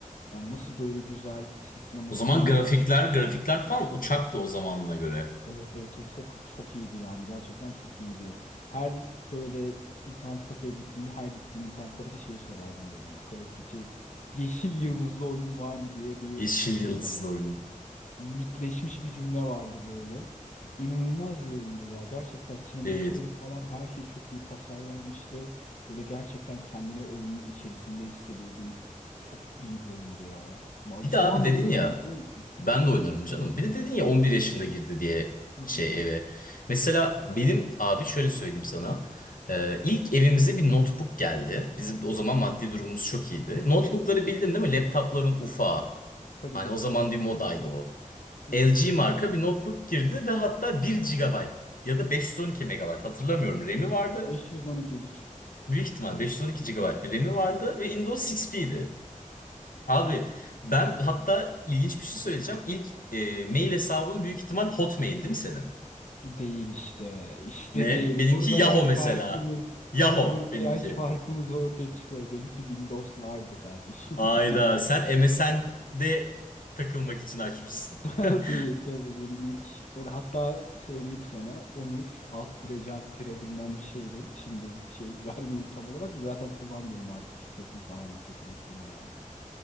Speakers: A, on the left; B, on the left.
A: Yani nasıl böyle güzel işte sinematiklerine
B: O zaman grafikler
A: falan.
B: grafikler falan
A: Evet.
B: uçaktı o zamanına göre.
A: Evet evet o çok çok iyiydi yani gerçekten çok iyiydi. Her böyle internet kafeye gittiğinde her gittiğin internet kafede şeyi sorardım böyle hani Call of Duty yeşil yıldızlı oyun var mı diye bir
B: Yeşil
A: şey
B: yıldızlı
A: vardı.
B: oyun.
A: Mitleşmiş bir cümle vardı böyle. İnanılmaz bir oyundu ya. Gerçekten sinematikleri
B: Evet.
A: falan her şey çok iyi tasarlanmıştı. Böyle gerçekten kendini oyunun içerisinde hissediyordun. Çok iyi bir oyundu ya. Vallahi
B: Bir de
A: şu
B: abi
A: an
B: dedin
A: bile oynuyorum
B: ya
A: biliyor musun?
B: ben de oynarım canım. Bir de dedin ya 11 yaşında girdi diye
A: Hı
B: şey
A: hı.
B: eve. Mesela benim abi şöyle söyleyeyim sana. Ee, ilk evimize bir notebook geldi. Bizim o zaman maddi durumumuz çok iyiydi. Notebookları bildin değil mi? Laptopların ufağı.
A: Tabii
B: Hani
A: tabii.
B: o zaman bir modaydı o.
A: Hı
B: LG
A: hı.
B: marka bir notebook girdi ve hatta bir gigabayt ya da 512 megabayt hatırlamıyorum RAM'i vardı.
A: 512'dir.
B: Büyük ihtimal 512 gigabayt. bir RAM'i vardı ve Windows XP'ydi. Abi ben hatta ilginç bir şey söyleyeceğim. İlk e, mail hesabın büyük ihtimal Hotmail değil mi senin?
A: Değil işte. İşte
B: Ne?
A: değil.
B: Benimki
A: Burada
B: Yahoo
A: yaş
B: mesela.
A: farkımız.
B: Yahoo
A: Burada
B: benimki.
A: yaş farkımız ortaya çıkıyor. Benimki Windows Live'dı kardeşim.
B: Ayda
A: <laughs>
B: sen MSN'de takılmak için açmışsın.
A: Tabii
B: <laughs>
A: tabii benim ilk. o da- Hatta söyleyeyim sana. Onur alt tire can tire bilmem bir şeydi. Şimdi şey <laughs> vermeyeyim tam olarak da zaten kullanmıyorum artık şifresini falan da çok unuttum yani.